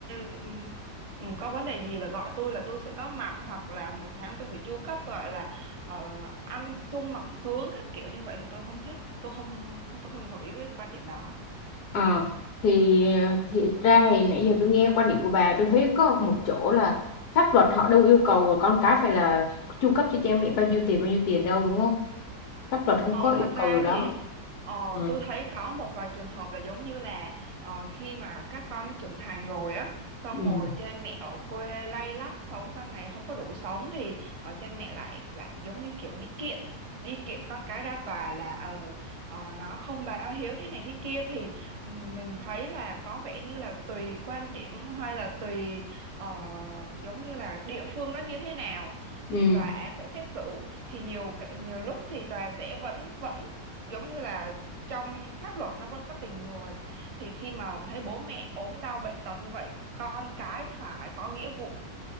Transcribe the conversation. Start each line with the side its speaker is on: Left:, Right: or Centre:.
Right: ừm, ừm, có vấn đề gì là gọi tôi là tôi sẽ có mặt hoặc là một tháng tôi phải chu cấp gọi là ờ, ăn sung mặc sướng các kiểu như vậy thì tôi không thích tôi không tôi không nổi ý với quan điểm đó
Left: Ờ, thì thì ra thì nãy giờ tôi nghe quan điểm của bà tôi thấy có một chỗ là pháp luật họ đâu yêu cầu là con cái phải là chu cấp cho cha mẹ bao nhiêu tiền bao nhiêu tiền đâu đúng không? Pháp luật không
Right: Ờ,
Left: có yêu
Right: thật ra
Left: cầu điều đó.
Right: thì ờ,
Left: Ừ.
Right: tôi thấy có một vài trường hợp là giống như là ờ, khi mà các con nó trưởng thành rồi á, xong
Left: Ừ.
Right: rồi cha mẹ ở quê lay lắt sống qua ngày không có đủ sống thì ờ, cha mẹ lại lại giống như kiểu đi kiện, đi kiện con cái ra tòa là ờ ờ, nó không báo hiếu thế này thế kia thì ừm, mình thấy là có vẻ như là tùy quan điểm hay là tùy ờ, giống như là địa phương đó như thế nào thì
Left: Ừ.
Right: tòa án sẽ xét xử thì nhiều nhiều lúc thì tòa sẽ vẫn vẫn giống như là trong pháp luật nó vẫn có tình người thì khi mà thấy bố mẹ ốm đau bệnh tật như vậy con cái phải có nghĩa vụ